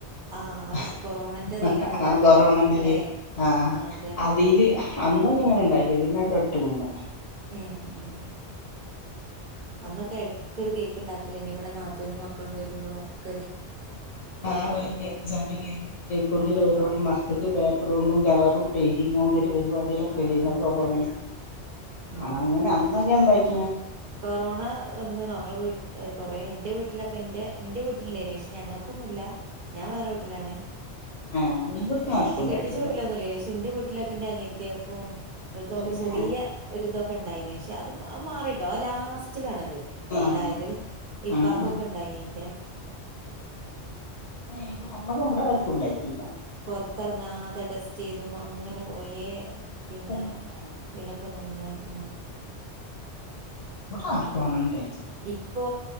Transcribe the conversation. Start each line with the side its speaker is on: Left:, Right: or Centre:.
Right: ആഹ്.
Left: ഹ
Right: ആ കൊറോണന്റെ ഇതിലാണത്
Left: അ ആ കൊറോണ
Right: കേക്ക്
Left: ണ്ടായി
Right: ല്ലേ?
Left: ആ
Right: ആഹ് അതന്നെ.
Left: അതീല് അന്നൊക്കെ ഇങ്ങനെ ഉണ്ടാക്കി പിന്നെ അഅ് കെട്ട് വീണു.
Right: ഉം ഉം അന്നൊക്കെ എട്ക്കൊര് കേക്ക് ണ്ടാക്കെലെനിവിടെ നാത്തൂനും മക്കളും വരുമ്പോഴും ഒക്കെര്
Left: ആഹ ഒരു കേക്ക് സമയ കേക്ക് കേക്കൊണ്ടി
Right: ആഹ്
Left: <unintelligible> മക്കക്ക് പേ <unintelligible> കളറും, പെയിന്റിംങ്ങോണ്ട് പരിപാടികളൊക്കെ
Right: ആഹ്
Left: എഴുന്ന കൊറോണയില്
Right: അതന്നെ. ഉം.
Left: ആ അങ്ങനെ അന്നൊക്കെ ണ്ടാക്കി
Right: കൊറോണ വന്ന്ണൊ? ങ്ങളെ വീ കൊറെ ന്റെ വീട്ട്ലൊക്കെ ൻ്റെ വീട് ണ്ടേ നി പക്ഷെ ഞങ്ങൾക്കൊന്നുല്ലാ ഞാ വേറെ വീട്ടിലാണ്.
Left: ആഹ് ഇവിടന്ന്
Right: ൻ്റെ എ
Left: ആർക്കും
Right: എന്റെ
Left: ഉണ്ടായിട്ടില്ല
Right: കെട്ടിച്ച വീട്ടിലൊന്നുല്ലേനു പക്ഷെന്റെവീട് ലൊക്കെ ന്റെ അനിയത്തിയേക്കും ഓൽ കൊക്കെ
Left: തന്നെ
Right: ചെറിയ ഒര് തൊക്കെ ഉണ്ടായിനി. ഷേ അത് അ മാറിട്ട ട്ടോ ലാസ്റ്റിലാണത്
Left: ആഹ്
Right: ണ്ടായത്. ഇപ്പാക്കൊക്കെണ്ടായിനി
Left: ആഹ്
Right: ന്റെ
Left: ഏ നമ്മക്ക്മ്മടെ ആർക്കും ഇണ്ടായിട്ടില്ല.
Right: പുൊറത്തറങ്ങാതെ ടെസ്റ്റൈതും അങ്ങനെ കൊറേ പിന്നെ
Left: തന്നെ
Right: ഇതിലൊക്കെ നിന്ന് മ്
Left: വടെ ആര്ക്കും അ <unintelligible>
Right: ഇപ്പൊ